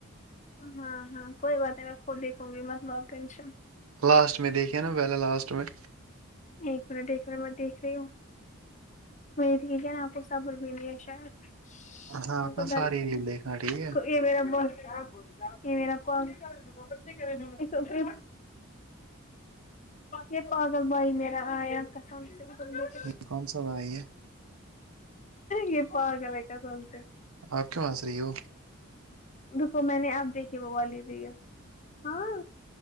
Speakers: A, on the left; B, on the right.
A: ہاں ہاں کوئی بات نہیں میں خود دیکھوں گی مت لو ٹینشن
B: لاسٹ میں دیکھیے نا پہلے لاسٹ میں
A: ایک منٹ ایک منٹ میں دیکھ رہی ہوں مجھے ٹھیک ہے نا آپ کو صبر بھی نہیں ہے شاید
B: ہاں
A: روکو
B: اپنا
A: میں
B: ساری ریل دیکھنا ٹھیک ہے
A: یے میرا بول یے میرا <unintelligible> اٹس اوکے یے پاگل بھائی میرا آیا کسم سے
B: یے کون سا بھائی ہے
A: یے پگل ہے قسم سے
B: آپ کیوں ہنس رہی ہو
A: روکو میں نے آپ دیکھیں وہ والی ریل ہاں